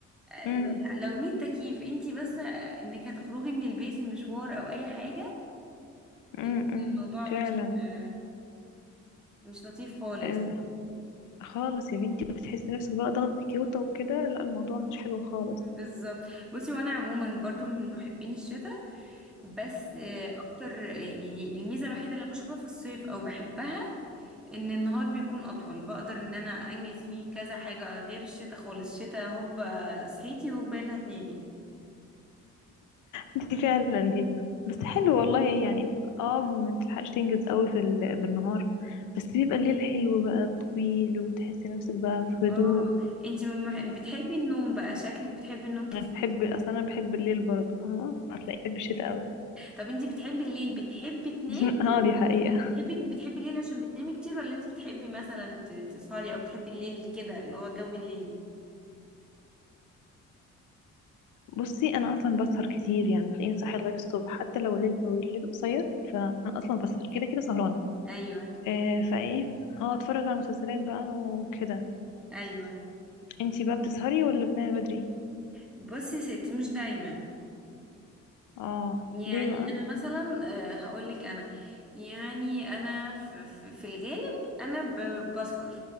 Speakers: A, in the centre; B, on the left.
A: آه،
B: امم
A: لو 100 تكييف انت بس آه، انك هتخرجي من البيت لمشوار او اي حاجة بيكون
B: امم
A: الموضوع مش
B: فعلا
A: آه، مش لطيف خالص
B: آه خالص يا بنتي بتحسي نفسك بقى ضغط كيوتا وكده لا الموضوع مش حلو خالص
A: بالظبط بصي وانا عموما برضو من محبين الشتاء بس آه، اكتر آه، يعني الميزه الوحيده اللي أنا بشوفها في الصيف او بحبها ان النهار بيكون اطول بقدر ان انا انجز فيه كذا حاجه غير الشتاء خالص الشتاء هوب آه، صحيتي هوب يلا هتنامي
B: دي فعلا دي بس حلو والله يعني اه ما تلحقش تنجز قوي في ال... بالنهار بس بيبقى الليل حلو بقى طويل وتحسي نفسك بقى في
A: اه
B: هدوء
A: انتي من مح... بتحبي النوم بقى شكلك بتحبي النوم كتير
B: انا بحب اصلا انا بحب الليل برضه فاهمه هتلاقي بحب الشتاء قوي
A: طب انتي بتحبي الليل بتحبي تنامي
B: <laughs> اه دي حقيقه
A: بتحبي بتحبي الليل عشان بتنامي كتير ولا انتي بتحبي مثلا ت- تسهري او بتحبي الليل كده اللي هو جو الليل
B: بصي انا اصلا بسهر كتير يعني تلاقيني صاحيه لغايه الصبح حتى لو الليل طويل الليل قصير فانا اصلا بسهر كده كده سهرانه
A: ايوه
B: آه فايه اه اتفرج على مسلسلات بقى وكده
A: ايوه
B: انتي بقى بتسهري ولا بتنامي بدري
A: بصي يا ستي مش دايما
B: اه
A: يعني
B: ليه بقى
A: انا مثلا هقول لك انا يعني انا في, في, في الغالب انا ب- بسهر